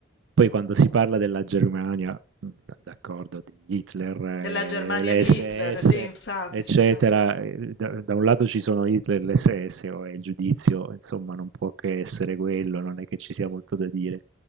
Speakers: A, on the right; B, on the left.
A: poi quando si parla della Germania, mh, d'accordo, di Hitler, eh,
B: della Germania
A: le
B: di
A: SS,
B: Hitler, sì infatti,
A: eccetera,
B: eh.
A: eh, da, da un lato ci sono Hitler, e le SS, o è il giudizio, insomma, non può che essere quello, non è che ci sia molto da dire.